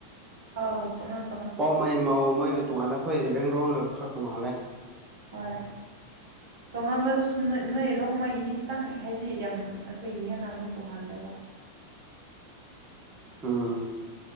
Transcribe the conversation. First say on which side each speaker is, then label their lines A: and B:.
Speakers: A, on the right; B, on the right.
A: ꯑꯧ ꯇꯨꯉꯟ
B: ꯄꯥꯎꯃꯩ ꯃꯥꯥꯎ ꯃꯣꯏꯅ ꯇꯣꯉꯥꯜꯂꯦ ꯈꯣꯏ ꯖꯦꯂꯦꯡꯔꯣꯡꯅ ꯈꯔ ꯇꯣꯉꯥꯜꯂꯦ
A: ꯍꯣꯏ ꯇꯣꯉꯥꯝꯕꯗꯁꯨ ꯅꯣꯏ ꯅꯣꯏ ꯔꯣꯡꯃꯩꯒꯤꯗꯤ ꯈꯤꯇꯪ ꯍꯥꯏꯗꯤ ꯌꯥꯝ ꯑꯩꯈꯣꯏꯒꯤ ꯍꯦꯟꯅ ꯑꯃꯨꯛ ꯇꯣꯉꯥꯜꯂꯦꯕ
B: ꯎꯝ